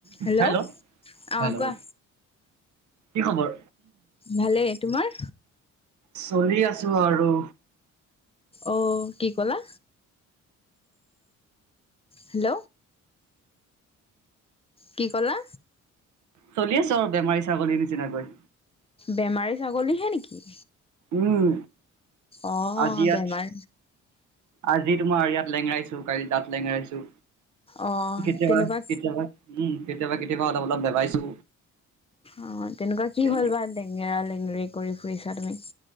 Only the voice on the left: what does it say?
Hello
অ কোৱা
ভালেই তোমাৰ?
অ'কি ক'লা? হেল্ল'? কি ক'লা?
বেমাৰী ছাগলীহে নেকি?
অ
বেমাৰ
অ
তেনেকুৱা
অ, তেনেকুৱা কি
হ'ল বা? লেঙেৰা-লেঙেৰি কৰি ফুৰিছা তুমি।